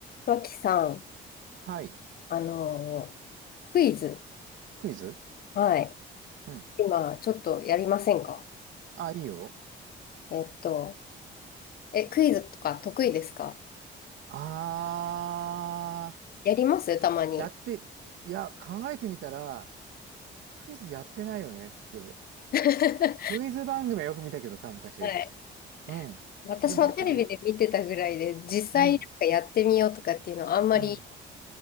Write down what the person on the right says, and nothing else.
はい。
クイズ
うん。
あ、いいよ。
あ
ー、やって、いや、考えてみたら、クイズやってないよね、普通。
クイズ番組はよく見たけどさ、昔。
うん。
でもやってみよ
う。うん。うん。